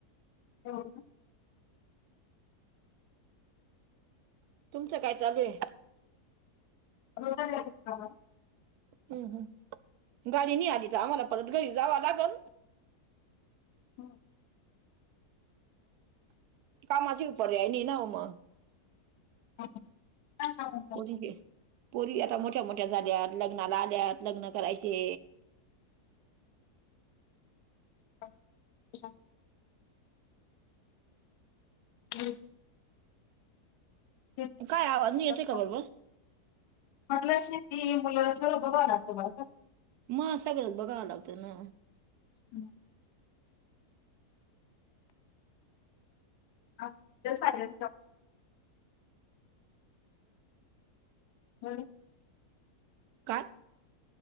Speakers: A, on the left; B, on the right.
A: हो
B: तुमचं काय चालू आहे
A: होज का
B: हम् हम गाडी नाही आली तर आम्हाला परत घरी जावं लागल
A: होम
B: कामाची पर्याय नाही ना मग
A: ह हा ह
B: पोरीचे पोरी आता मोठ्या मोठ्या झाल्यात लग्नाला आल्यात लग्न करायचे
A: अच्छा <inaudible> <inaudible>
B: काय आवाज नाही येतोय का बरोबर
A: म्हटलं शेती मुलं अस बघा लागतो
B: म सगळंच बघावं लागतं ना
A: हम् ह ते साय ह
B: काात